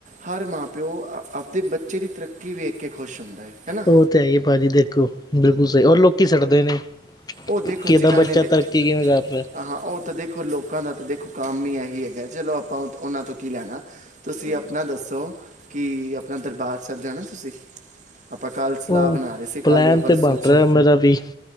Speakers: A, on the right; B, on the left.
A: ਹਰ ਮਾਂ-ਪਿਓ ਆਪਦੇ ਬੱਚੇ ਦੀ, ਤਰੱਕੀ ਵੇਖ ਕੇ ਖੁਸ਼ ਹੁੰਦਾ ਹੈ ਹੈਨਾ
B: ਔ ਤੇ ਹੈਈ ਹੈ, ਭਾਜੀ ਜੀ। ਦੇਖੋ ਬਿਲਕੁਲ ਸਹੀ ਔਰ, ਲੋਕੀ ਸੱੜਦੇ ਨੇ।
A: ਔ ਦੇਖੋ,
B: ਕਿ
A: ਜਿਨਾ
B: ਇਹਦਾ ਬੱਚਾ
A: ਨੇ ਤੇ
B: ਤਰੱਕੀ ਕਿਵੇਂ ਕਰ ਰਿਹਾ
A: ਹਾਂ, ਔ ਤਾਂ ਦੇਖੋ, ਲੋਕਾਂ ਦਾ ਤੇ ਦੇਖੋ, ਕਾਮ ਹੀ ਏਹੀ ਹੈਹਾਂ। ਚਲੋ ਅਪਾਂ ਔਨਾਂ ਤੋਂ ਕੀ ਲੈਨਾ, ਤੁਸੀਂ ਅਪਨਾ ਦੱਸੋ ਕਿ, ਅਪਨਾ ਦਰਬਾਰ ਸਾਹਿਬ ਜਾਨਾ ਤੁਸੀਂ? <inaudible> ਸਲਾਹ
B: ਔ
A: ਬਣਾ ਰਹੇ ਸੀ
B: ਪਲੈਨ
A: ਕੱਲ ਜਾਂ ਪਰਸੋਂ
B: ਤੇ ਬਣ
A: ਚ
B: ਰਿਹਾ ਮੇਰਾ ਵੀ,